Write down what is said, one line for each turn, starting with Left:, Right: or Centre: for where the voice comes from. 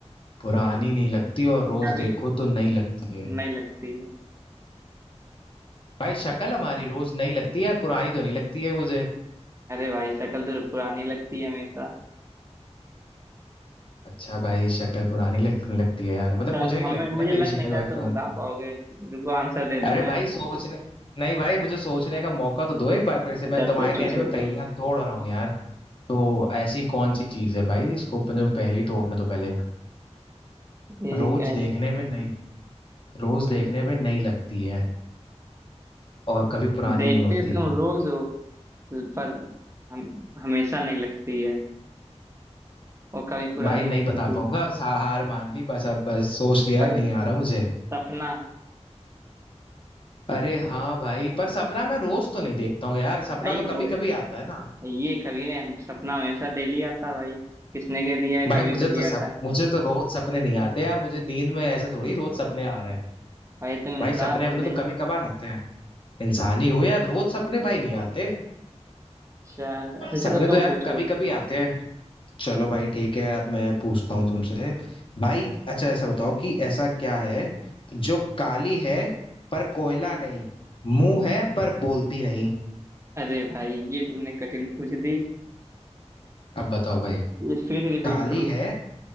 Left: पुरानी नहीं लगती और रोज
Right: कभी
Left: देखो
Right: पुर...
Left: तो नई लगती है
Right: नहीं लगती है
Left: भाई शक्ल हमारी रोज नई लगती है यार पुरानी तो नहीं लगती है मुझे
Right: अरे भाई शक्ल तो पुरानी लगती है हमेशा
Left: अच्छा भाई शक्ल पुरानी लगने लगती है यार
Right: अच्छा
Left: मतलब मुझे
Right: मतलब
Left: नहीं
Right: हमें
Left: लगती
Right: मुझे
Left: ना
Right: लग
Left: मेरी शक्ल
Right: नहीं रहा
Left: भाई पुरानी
Right: तुम बता पाओगे रुको आंसर दे दूं
Left: अरे
Right: मैं
Left: भाई सोचने नहीं भाई मुझे सोचने का मौका तो दो एक बार फिर से
Right: अच्छा
Left: मैं तुम्हारे
Right: सोचो
Left: कहने
Right: सोचो
Left: पे पहेलियां तोड़ रहा हूँ यार तो ऐसी कौन सी चीज है भाई इसको पहले पहेली तोड़ने तो पहले
Right: एक
Left: रोज
Right: ऐस-
Left: देखने पे नहीं रोज देखने पे नहीं लगती है और कभी पुरानी
Right: देखते
Left: नहीं होती
Right: तुम रोज हो पर हम हमेशा नहीं लगती है और कभी पुरानी
Left: भाई नहीं
Right: नहीं होती
Left: बता पाऊंगा अब सा- हार मान ली बस अब बस सोच लिया
Right: भाई
Left: नहीं आ रहा मुझे
Right: सपना
Left: अरे हाँ भाई पर सपना मैं रोज तो नहीं देखता हूँ यार सपना
Right: भाई
Left: तो
Right: रो
Left: कभी कभी आता है ना
Right: ये कभी ने हम सपना हमेशा डेली आता भाई किसने कह दिया है
Left: भाई
Right: कभी
Left: मुझे
Right: कभी
Left: तो सप
Right: आता है
Left: मुझे तो रोज सपने नहीं आते यार मुझे नींद में ऐसा थोड़ी रोज सपने आ रहे हैं
Right: भाई तुम
Left: भाई
Right: इंसान
Left: सपने
Right: हो
Left: अपने
Right: कि नहीं
Left: तो कभी कभार आते हैं इंसान ही हूँ यार रोज सपने भाई नहीं आते
Right: शायद अच्छा
Left: सपने
Right: चलो
Left: तो
Right: तुम
Left: यार
Right: पूछो
Left: कभी कभी आते हैं चलो भाई ठीक है अब मैं पूछता हूँ तुमसे भाई अच्छा ऐसा बताओ कि ऐसा क्या है जो काली है पर कोयला नहीं मुंह है पर बोलती नहीं
Right: अरे भाई ये तुमने कठिन पूछ दी
Left: अब बताओ भाई
Right: ये फिर रिपीट
Left: काली
Right: करो
Left: है